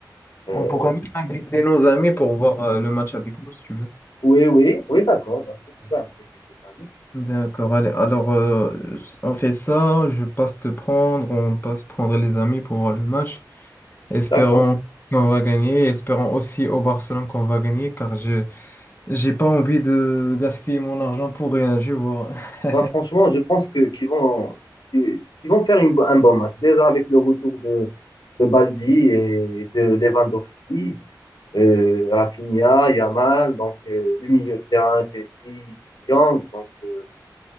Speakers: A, on the left; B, on the left.
A: Euh,
B: On pourrait même inviter nos amis pour voir euh, le match avec nous, si tu veux.
A: oui, oui, oui, d'accord, d'accord. On va appeler quelques amis.
B: D'accord, allez. Alors, euh, on fait ça, je passe te prendre, on passe prendre les amis pour voir le match. Espérons
A: D'accord.
B: qu'on va gagner. Espérons aussi au Barcelone qu'on va gagner, car je j'ai pas envie de gaspiller mon argent pour rien, je vois. <laughs>
A: Ben, franchement, je pense que qu'ils vont, qu'ils qu'ils vont faire une bo- un bon match. Déjà avec le retour de, de Baldi et de Lewandowski, euh, Rafinha, Yamal, donc euh, le milieu de terrain, Pedri, Young, donc euh,